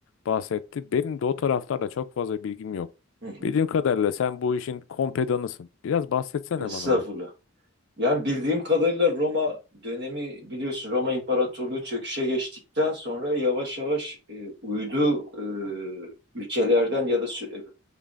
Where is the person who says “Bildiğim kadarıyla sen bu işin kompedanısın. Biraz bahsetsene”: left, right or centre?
Left